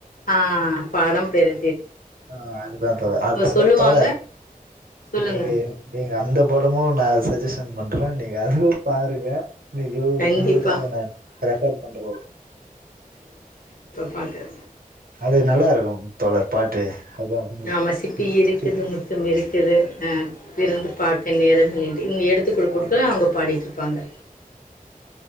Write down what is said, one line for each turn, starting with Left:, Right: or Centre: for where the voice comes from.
Left: ஆ படம் பெரு
Right: ஆ அதுதான் த அ
Left: சொல்லுவாங்க
Right: தோழர்
Left: சொல்லுங்கள்
Right: நீங்க நீங்க அந்த படமும் நா சஜ்ஜஷன் பண்றே நீங்க அதுவும் பாருங்க இன்னைக்கி
Left: கண்டிப்பாக
Right: உங்களுக்காக நான் ரெஃபர் பண்றோ
Left: பாக்குறே
Right: அது நல்லாயிருக்கூ தோழர் பாட்டு அது அவங்க
Left: நா வசிப்பி இருக்குது
Right: சித்தி.
Left: முத்தம் இருக்குது இருந்து பார்க்க நேரம் <unintelligible> இங்க எடுத்து குடுத்து
Right: ஆமா
Left: அவுங்க பாடிட்டு இருப்பாங்க